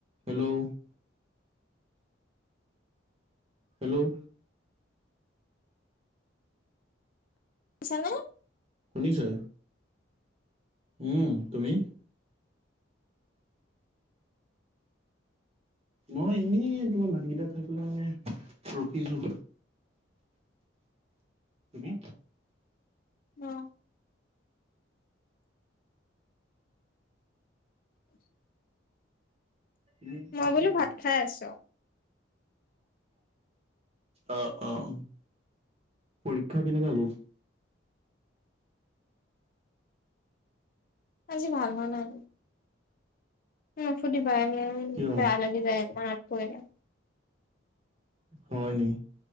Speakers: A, on the right; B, on the left.
A: Hello, hello,
B: চানে,
A: শুনিছো। উম তুমি, মই এনেই তোমাৰ ভাতকেইটা খাই পেলাই ৰখিছো। তুমি,
B: অ <inaudible>
A: তুমি
B: মই বোলো
A: খালা
B: ভাত খাই আছোঁ
A: অহ অহ পৰীক্ষা কেনেকা গ'ল
B: আজি ভাল হোৱা নাই উম ফুৰ্তি পায় মোৰ
A: কিয়
B: বেয়া লাগি যায় এইখন মনত পৰিলে
A: হয় নি